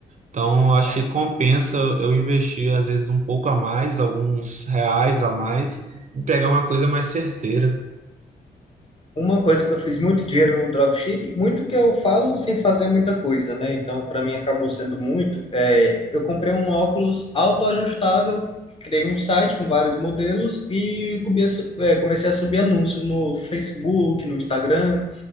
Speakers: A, on the right (about 40°); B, on the left (about 30°).
A: Então, acho que compensa eu investir, às vezes, um pouco a mais, alguns reais a mais, e pegar uma coisa mais certeira.
B: Uma coisa que eu fiz muito dinheiro no dropship, muito que eu falo sem fazer muita coisa, né? Então, para mim acabou sendo muito. É, eu comprei um óculos autoajustável, criei um site com vários modelos e comecei, é, comecei a subir anúncio no Facebook, no Instagram.